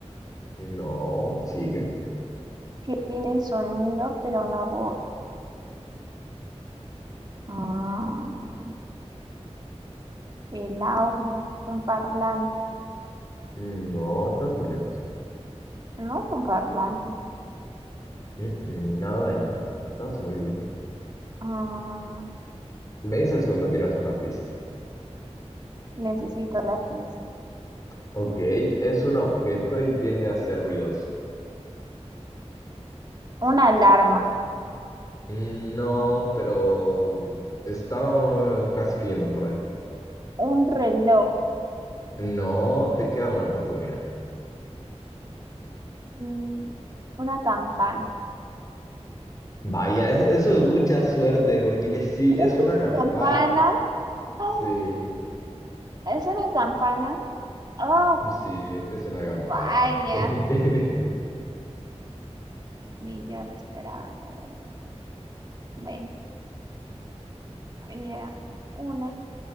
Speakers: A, on the left; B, on the right.
A: No, sigue.
B: que tiene sonido pero no voz. Mm, el audio, un parlante.
A: No, estás muy lejos.
B: No es un parlante.
A: Mm, mm, nada de nada, estás muy lejos.
B: Mm,
A: Me dices cuando quieras una pista.
B: Necesito la pista.
A: Ok, es un objeto y tiende a hacer ruidos.
B: Una alarma,
A: Mm, No, pero está eh, casi que yendo por ahí.
B: un reloj,
A: No, te queda una oportunidad.
B: un- una campana.
A: Vaya, es- eso es mucha suerte porque sí,
B: <laughs> Es
A: es una campana.
B: una campana. Ah,
A: Sí,
B: es una campana. Oh,
A: sí, es una campana.
B: vaya.
A: <laughs>
B: Ni yo la esperaba, la verdad. Bueno, ya, una.